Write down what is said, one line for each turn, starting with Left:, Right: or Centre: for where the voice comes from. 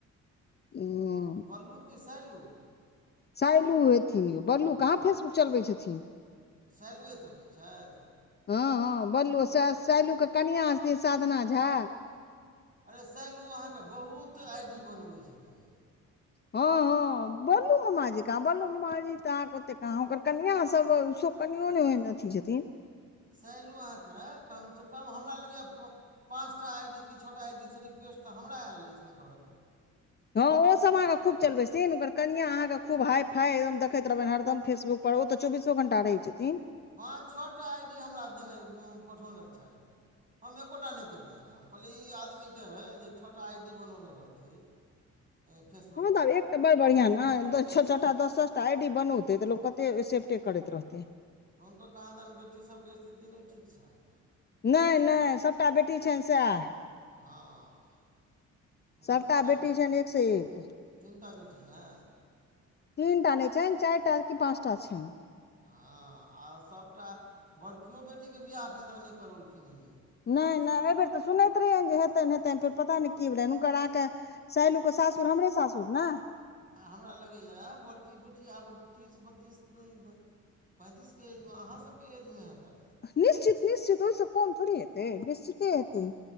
Left: उं।
Right: बल्लू कि सैलू?
Left: सैलू हेथिन यौ, बल्लू कहाँ फेसबुक चलबै छथिन।
Right: सैलुए चलबै छथि
Left: हाँ-हाँ बल्लू
Right: हुनका
Left: सै सैलू के कनयां सी साधना झा।
Right: अरे सैलू अहाँके बहुत आइ डी बनबै छथिन।
Left: हँ-हँ बल्लू ममाजी कहाँ, बल्लू ममा जी त अहाँके ओते कहाँ, हुनकर कनिआं सब सु कनियों ने ओहेन अथी छथिन।
Right: सैलू अहाँकेँ कमसँ कम हमरा लगै यैऽ प पाँचटा आई डी कि छॅटा आई डी स रिक्वेस्ट तऽ हमरा आयल अछि हुनकर।
Left: हँ ओसब अहाँके खूब चलबै थीन, हुनकर कनिआं अहाँके खूब हाइ फाइ एकदम देखैत रहबैन हरदम फेसबुक पर ओ तऽ चौबीसो घंटा रहै छथिन।
Right: पाँच छॅ टा आइ डी हमरा देने पठौने छैथ। हम एकोटा नैय केलियैन हन, हम कहलियै ई आदमीके जे छॅ टा आइ डी बनौने रहतै <inaudible> ए फेस
Left: हँ तऽ आब एकटा बड़ बढ़िआं न, द-छॅऽ-छॅटा दस-दसटा आई डी बनौते तऽ लोक कते सेफ्टे करैत रहतै।
Right: तऽ हुनको कहॉं दैन बेटी सबके स्थिति नैय ठीक छैन
Left: नैय नैय, सबटा बेटी छैन सैह
Right: हँ। हुनका
Left: सभटा
Right: तीनटा बेटी,
Left: छनि एक से एक
Right: तीनटा बेटी ने?
Left: तीनटा नैय छैन, चाई टा कि पाँचटा छैन।
Right: हँ, आ सबटा बड़कियो बेटीके बिआह एखन तक नैय करौलखिन हँ यैऽ।
Left: नैय नैय अई बेेर तऽ सुनैत रहियैन जे हेतैन हेतैन, फेर पता नैय की भेलैन हुनकर अहां के सैलू के सासुर हमरे सासुर ने?
Right: आ हमरा लगैयाऽ, बड़की बेटी आब तीस बत्तीस दिन पैंतीस के एज में, अहाँ सबके एज में हेतैथ।
Left: निश्चित-निश्चित ओहि सँ कम थोड़े हेतै? निश्चिते हेतै।